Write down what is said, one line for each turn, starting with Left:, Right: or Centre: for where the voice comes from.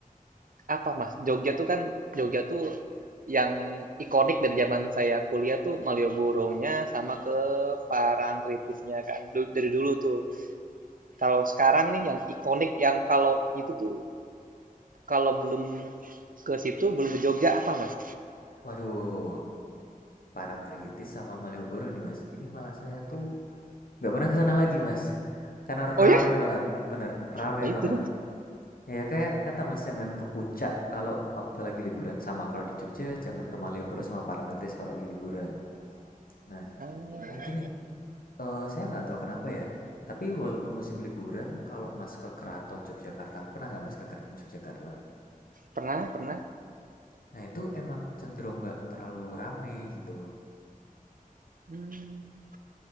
Right: Apa, Mas? Jogja tuh kan, Jogja tuh yang ikonik dari zaman saya kuliah tuh Malioboro-nya sama ke Parangtritisnya kan. Du- dari dulu tuh. Kalau sekarang nih yang ikonik yang kalau itu tuh kalau belum ke situ belum ke Jogja apa, Mas?
Left: Waduh, Parangtritis sama Malioboro nih mas. Ini malah saya tuh nggak pernah kesana lagi mas, karena
Right: Oh
Left: rame
Right: ya?
Left: banget, bener rame
Right: Nah itu.
Left: banget. Ya kayak kata mas jangan ke puncak kalau waktu lagi liburan sama kalau di Jogja jangan ke Malioboro sama Parangtritis kalau lagi liburan. Nah
Right: Ah,
Left: mungkin nih eh, saya nggak tahu kenapa ya. Tapi walaupun musim liburan, kalau mas ke Keraton Yogyakarta, pernah nggak mas ke Keraton Yogyakarta?
Right: pernah, pernah.
Left: Nah itu emang cenderung nggak terlalu rame gitu.
Right: Mmm,